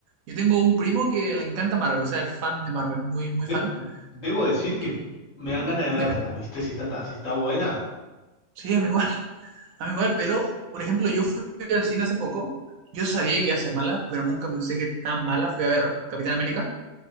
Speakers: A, on the right (about 85°); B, on the left (about 70°).
A: Yo tengo un primo que le encanta Marvel, o sea, es fan de Marvel, muy, muy
B: De-
A: fan.
B: debo decir que
A: Y,
B: me dan
A: ah,
B: ganas de verla,
A: dime,
B: ¿viste? Si está, ta- si está buena.
A: sí, a mí igual, <laughs> a mí igual, pero, por ejemplo, yo fui al cine hace poco, yo sabía que iba a ser mala, pero nunca pensé que tan mala. Fui a ver Capitán América.